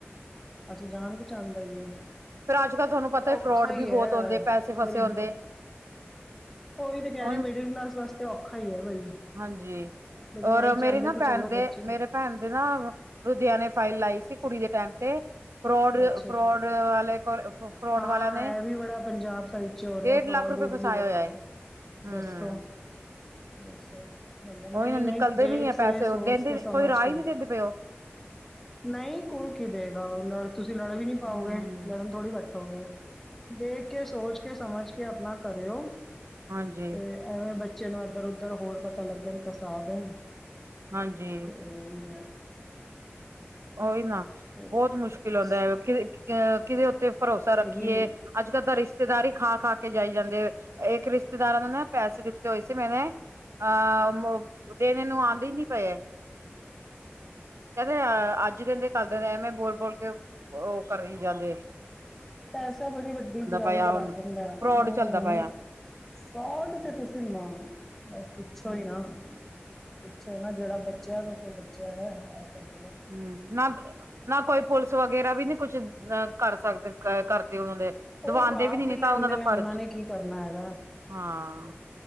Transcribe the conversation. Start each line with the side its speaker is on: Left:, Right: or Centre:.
Centre: ਅੱਛਾ ਜਾਨ ਪਚਾਨ ਦਾ ਈ ਐ।
Right: ਫੇਰ ਅੱਜ ਕੱਲ੍ਹ ਤੁਹਾਨੂੰ ਪਤਾ
Centre: ਔਖਾ
Right: ਫਰੋਡ ਵੀ
Centre: ਈ
Right: ਬਹੁਤ
Centre: ਐ
Right: ਹੁੰਦੇ ਪੈਸੇ ਫਸੇ
Centre: ਗਰੀਬਾ
Right: ਹੁੰਦੇ
Centre: ਓਈ ਤੇ ਕੈ
Right: ਹੁਣ
Centre: ਰਏ ਆਂ ਮਿਡਲ ਕਲਾਸ ਵਾਸਤੇ ਔਖਾ ਈ ਐ ਬਈ।
Right: ਹਾਂਜੀ,
Centre: ਲੇਕਿਨ
Right: ਔਰ
Centre: ਇਹੀ ਚਾਹੁੰਦੇ
Right: ਮੇਰੀ ਨਾ
Centre: ਕਿ
Right: ਭੈਨ
Centre: ਚਲੋ
Right: ਦੇ
Centre: ਬੱਚੇ
Right: ਮੇਰੇ ਭੈਣ ਦੇ ਨਾ ਲੁਦਿਆਨੇ ਫਾਈਲ ਲਾਈ ਸੀ ਕੁੜੀ ਦੇ ਟੈਮ ਤੇ ਫਰੋਡ
Centre: ਅੱਛਾ
Right: ਫਰੋਡ
Centre: ਜੀ,
Right: ਵਾਲੇ ਕੋਲ ਫਰੋਡ
Centre: ਹਾਂ
Right: ਵਾਲਿਆਂ ਨੇ
Centre: ਐ ਵੀ ਬੜਾ ਪੰਜਾਬ ਸਾਈਡ ਚੋ ਰਿਆ
Right: ਡੇਢ
Centre: ਫਰੋਡ
Right: ਲੱਖ ਰੁਪਏ
Centre: ਫਰੂਡ ਵੀ
Right: ਫਸਾਇਆ
Centre: ਬੜਾ
Right: ਹੋਇਆ ਹੈ ਹਮ
Centre: ਦੱਸੋ-ਦੱਸੋ ਬੰਦਾ ਨਈਂ-ਨਈਂ
Right: ਉਹੀ ਨਾ ਨਿਕਲਦੇ
Centre: ਦੇਖ
Right: ਨੀ ਹੈ
Centre: ਸੇ
Right: ਪੈਸੇ ਉਹ
Centre: ਸੋਚ
Right: ਦਿੰਦੇ
Centre: ਕੇ ਸਮਝ
Right: ਕੋਈ ਰਾਹ
Centre: ਕੇ
Right: ਹੀ ਨਹੀਂ ਦਿੰਦੇ ਪਏ ਉਹ
Centre: ਨਈਂ ਕੋਈ ਕੀ ਦੇਏਗਾ ਓ ਲੜ ਤੁਸੀਂ ਲੜ ਵੀ ਨੀ ਪਾਓਗੇ।
Right: ਹਮ
Centre: ਲੜਨ ਥੋੜੀ ਬੈਠੋਗੇ ਦੇਖ ਕੇ ਸੋਚ ਕੇ ਸਮਝ ਕੇ ਆਪਨਾ ਕਰਿਓ।
Right: ਹਾਂਜੀ
Centre: ਤੇ ਐਵੇਂ ਬੱਚੇ ਨੂੰ ਏਦਰ ਉਦਰ ਹੋਰ ਪਤਾ ਲੱਗਨ ਫਸਾ ਦੇਨ
Right: ਹਾਂਜੀ
Centre: ਤੇ ਓ ਵੀ ਐ।
Right: ਓਈ ਨਾ
Centre: ਤੇ
Right: ਬੋਤ ਮੁਸ਼ਕਿਲ ਹੁੰਦਾ
Centre: ਸ-
Right: ਕੇ ਅ ਕਿਦੇ ਉੱਤੇ ਭਰੋਸਾ ਰੱਖੀਏ।
Centre: ਇਹੀ
Right: ਅੱਜ-ਕੱਲ ਤਾਂ ਰਿਸ਼ਤੇਦਾਰ ਈ ਖਾ-ਖਾ ਕੇ ਜਾਈ ਜਾਂਦੇ। ਏਕ ਰਿਸ਼ਤੇਦਾਰਾਂ ਨੂੰ ਨਾ ਪੈਸੇ ਦਿੱਤੇ ਹੋਏ ਸੀ ਮੈਨੇ ਅਹ ਮ ਦੇਨੇ ਨੂੰ ਆਂਦੇ ਈ ਨੀ ਪਏ ਐ।
Centre: ਹ
Right: ਕੈਂਦੇ ਅੱਜ ਦਿੰਦੇ ਕੱਲ ਦਿੰਦੇ ਐਵੇਂ ਬੋਲ-ਬੋਲ ਕੇ ਓ ਕਰੀ ਜਾਂਦੇ ਨੇ।
Centre: ਪੈਸਾ ਬੜੀ ਵੱਡੀ ਬੁਰਾਈ
Right: ਪਿਆ
Centre: ਕਰਾ
Right: ਹੁਣ
Centre: ਦਿੰਦਾ ਨਈਂ-ਨਈਂ।
Right: ਫਰੋਡ ਚੱਲਦਾ ਪਿਆ
Centre: ਸੋਲਟ ਤੇ ਤੁਸੀਂ ਮ ਬਸ ਪਿੱਛੋ
Right: ਹਮ
Centre: ਈ ਨਾ ਪੁੱਛੋ ਨਾ ਜੇੜਾ ਬੱਚੇਆਂ ਨੂੰ ਬਸ ਓ ਬਚੇਆ ਹੋਏਐ <unintelligible>
Right: ਹੂੰ ਨਾ-ਨਾ ਕੋਈ ਪੁਲਿਸ
Centre: ਹੈ
Right: ਵਗ ਵਗੈਰਾ ਵੀ ਨੀ ਕੁਛ ਅ ਕਰ ਸਕਦੇ ਕਰਦੇ ਓਨਾਂ ਦੇ। ਦਵਾਂਦੇ
Centre: ਓ ਕ ਆਪ
Right: ਵੀ ਨੀ
Centre: ਮਿਲੇ
Right: ਨੀ ਤਾਂ
Centre: ਹੁੰਦੇ
Right: ਉਹਨਾਂ ਦਾ
Centre: ਨੇ ਓਨਾਂ
Right: ਫਰਜ਼
Centre: ਨੇ ਕੀ ਕਰਨਾ ਹੈਗਾ।
Right: ਹਾਂ।